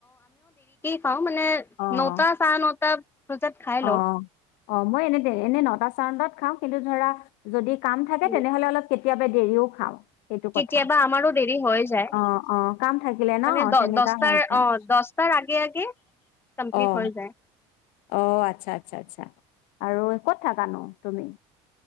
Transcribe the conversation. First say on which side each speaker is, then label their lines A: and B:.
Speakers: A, on the left; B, on the left.
A: চাওঁ মানে
B: অ
A: নটা চাৰে নটা বজাত খাই লওঁ
B: অ', অ মই এনে এনেই নটা চাৰে ন টাত খাওঁ কিন্তু ধৰা যদি কাম থাকে
A: উম।
B: তেনেহলে অলপ কেতিয়াবা দেৰিও খাওঁ সেইটো
A: কেতিয়াবা
B: কথা
A: আমাৰো দেৰি হৈ যায়
B: অ', অ', কাম থাকিলে ন
A: মানে দ
B: তেনেকা
A: দহটাৰ
B: হৈ যায়।
A: অ দহটা আগে আগে কমপ্লিট
B: অ',
A: হৈ যায়
B: অ আচ্ছা আচ্ছা আচ্ছা আৰু ক'ত থাক নো তুমি